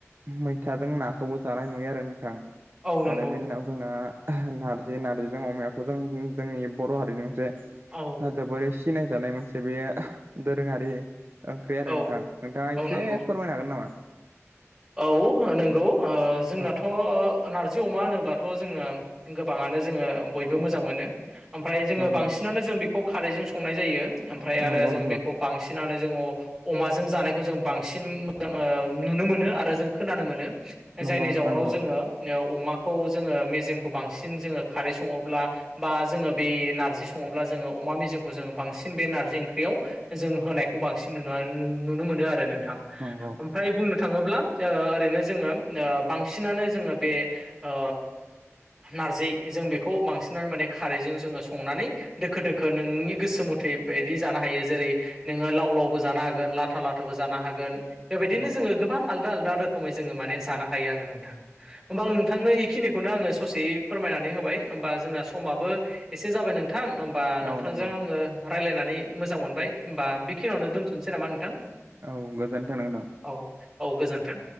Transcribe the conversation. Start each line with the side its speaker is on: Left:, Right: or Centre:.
Right: मैथाजों नाखौबो जानाय नुयो आरो नोंथां।
Centre: औ नंगौ
Right: आरो बेनि उनाव जोंना नारजि नारजिजों अमायावथ' जों जोंनि बर' हारिनि मोनसे।
Centre: औ।
Right: जोबोरै सिनायजानाय मोनसे बे दोरोङारि ओंख्रि आरो
Centre: औ
Right: नोंथां। नोंथाङा
Centre: औ
Right: एसे
Centre: नंगौ
Right: फोरमायनो हागोन नामा?
Centre: औ नंगौ ओ जोंनाथ'
Right: औ
Centre: नारजि अमा होनोब्लाथ' जोङो गोबाङानो जोङो
Right: औ
Centre: बयबो
Right: नंगौ नोंथां
Centre: मोजां मोनो ओमफ्राय जोङो
Right: नंगौ
Centre: बांसिनानो जों बेखौ खारैजों संनाय जायो। ओमफ्राय आरो
Right: नंगौ
Centre: जों
Right: नंगौ
Centre: बेखौ बांसिनानो जोङो अमाजों जानायखौ जों बांसिन मो जों नुनो मोनो आरो जों खोनानो मोनो
Right: नंगौ
Centre: जायनि
Right: नोंथां
Centre: जाउनाव
Right: नंगौ
Centre: जोङो अमाखौ जोङो मेजेमखौ बांसिन जोङो खारै सङोब्ला बा जोङो बे नारजि दि संङोब्ला जोङो अमा मेजेमखौ जों बांसिन बे नारजि ओंख्रियाव जों होनाय खौ बांसिन नुना नुनो मोनो आरो नोंथां
Right: नंगौ
Centre: ओमफ्राय बुंनो थाङोब्ला ओ ओरैनो जोङो ओ बांसिनानो जोङो बे ओ नारजि जों बेखौ बांसिनानो माने खारैजों जोङो संनानै दोखो-दोखो नोंनि गोसो मुथै बायदि जानो हायो जेरै नोङो लाव-लावबो जानो हागोन लाथा-लाथा थाबो जानो हागोन। बेबायदिनो
Right: नंगौ
Centre: जोङो गोबां आलदा-आलदा रोखोमै जोङो माने जानो हायो आरो नोंथां
Right: नंगौ
Centre: होमबा आं नोंथांनो इखिनि खौनो आ ससेैयै फोरमायनानै होबाय होमबा जोंना समाबो एसे जाबाय नोंथां। बा
Right: औ
Centre: नोंथांजों
Right: नंगौ
Centre: आङो रायलायनानै मोजां मोनबाय। होमबा बेखिनियावनो दोनथ'सै नामा नोंथां।
Right: औ गोजोनथों नोंथां
Centre: औ औ गोजोन्थों।